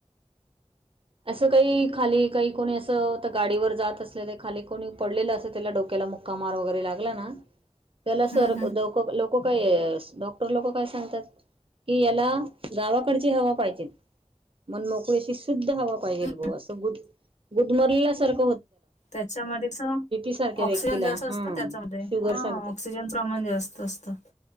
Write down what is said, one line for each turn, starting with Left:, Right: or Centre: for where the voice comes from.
Right: असं काही खाली काही कोणी असं गाडीवर जात असले खाली कोणी पडलेलं अस त्याला डोक्याला मुक्का मार वगैरे लागला ना. त्याला सर
Left: हं, हं.
Right: को <unintelligible> को काय डॉक्टर लोक काय सांगतात की याला. गावाकडची हवा पाहिजे मन मोकळे्याशी शुद्ध हवा. पाहिल
Left: हं,
Right: बॉ असं गूद-गुदमरल्यासारखं.
Left: त्याच्यामधेच
Right: सारख्या व्यक्तीला
Left: ऑक्सिजन जास्त असतं
Right: हा
Left: त्याच्यामध्ये.
Right: शुगर
Left: ह!
Right: सारख्या
Left: ऑक्सिजनचं प्रमाण जास्त असतं.